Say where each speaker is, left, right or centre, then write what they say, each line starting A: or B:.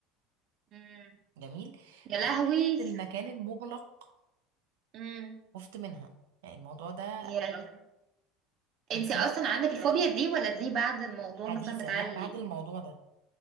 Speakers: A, on the right; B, on the right.
A: مم.
B: جميل
A: يا
B: فخفت
A: لهوي
B: المكان المغلق
A: امم
B: خفت منها يعني الموضوع ده
A: يا
B: ففضلت
A: انت اصلا عندك الفوبيا دي ولا دي بعد الموضوع
B: حديثا
A: مثلا بتاع
B: لا
A: اللي
B: بعد الموضوع ده